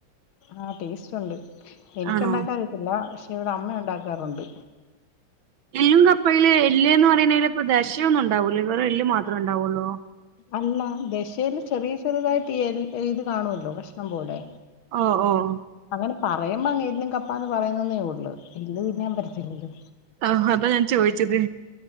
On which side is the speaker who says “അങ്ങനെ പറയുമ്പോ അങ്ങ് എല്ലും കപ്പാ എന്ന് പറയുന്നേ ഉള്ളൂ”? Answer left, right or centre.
Left